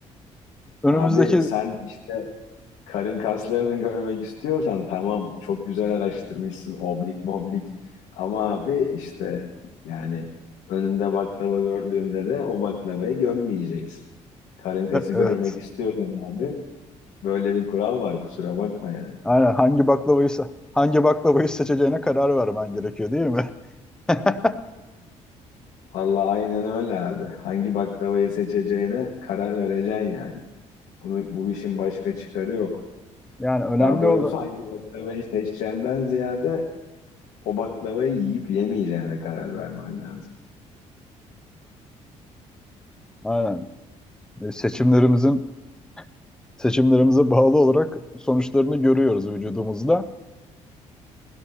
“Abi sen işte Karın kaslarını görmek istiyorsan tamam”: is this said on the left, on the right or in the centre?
Left